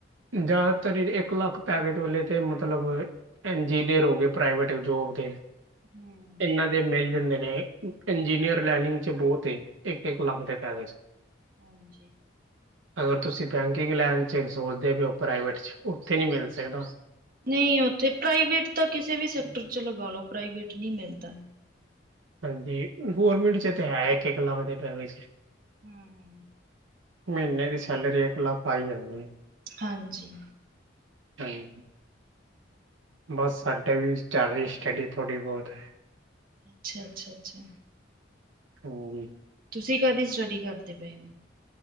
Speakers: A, on the right; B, on the right.
A: ਜਿਆਦਾਤਰ ਇੱਕ ਲੱਖ ਪੈਕੇਜ ਵਾਲੇ ਤੇ ਮਤਲਬ ਇੰਜੀਨੀਅਰ ਹੋ ਗਏ ਪ੍ਰਾਈਵੇਟ ਜੋਬ ਦੇ।
B: ਹੂੰ।
A: ਇਹਨਾਂ ਦੇ ਮਿਲ ਜਾਂਦੇ ਨੇ ਇੰਜੀਨੀਅਰ ਲੈਨਿੰਗ ਚ ਬਹੁਤ ਐ। ਇੱਕ ਇੱਕ ਲੱਖ ਦੇ ਪੈ <unintelligible>
B: ਹਾਂਜੀ।
A: ਅਗਰ ਤੁਸੀਂ ਬੈਂਕਿੰਗ ਲਾਈਨ 'ਚ ਸੋਚਦੇ ਪਏ ਹੋ ਪ੍ਰਾਈਵੇਟ 'ਚ ਉੱਥੇ ਨਹੀਂ ਮਿਲ ਸਕਦਾ।
B: ਨਹੀਂ ਉੱਥੇ ਪ੍ਰਾਈਵੇਟ ਤਾਂ ਕਿਸੇ ਵੀ ਸੈਕਟਰ ਚ ਲਗਾ ਲੋ ਪ੍ਰਾਈਵੇਟ ਨੀ ਮਿਲਦਾ।
A: ਹਾਂਜੀ ਗੌਰਰਮੈਂਟ ਚ ਤਾਂ ਹੈ ਇੱਕ ਇੱਕ ਲੱਖ ਦੇ ਪ੍ਰਾਈਵੇ ਚ
B: ਹੂੰ ਹੂੰ।
A: ਮਹੀਨੇ ਦੀ ਸੈਲਰੀ ਇੱਕ ਲੱਖ ਆਈ ਜਾਂਦੀ ਐ।
B: ਹਾਂਜੀ।
A: ਹਾਂਜੀ। ਬਸ ਸਾਡੇ ਵੀ ਚੱਲ ਰਹੀ ਸਟੱਡੀ ਥੋੜ੍ਹੀ ਬਹੁਤ।
B: ਅੱਛਾ ਅੱਛਾ ਅੱਛਾ।
A: ਹਾਂਜੀ।
B: ਤੁਸੀਂ ਕਾਹਦੀ ਸਟੱਡੀ ਕਰਦੇ ਪਏ ਓ।